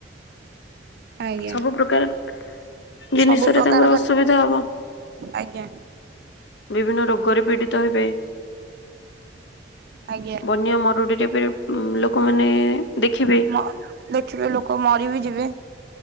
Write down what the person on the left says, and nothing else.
ସବୁ ପ୍ରକାର। ଜିନିଷରେ
ତାଙ୍କର
ଅସୁବିଧା ହବ
ବିଭିନ୍ନ ରୋଗ ଗରେ ପିଡ଼ି ତ ହେବେ
ବନ୍ୟା ମରୁଡିରେ ବି ଉଁ ଲୋକମାନେ ଦେଖିବେ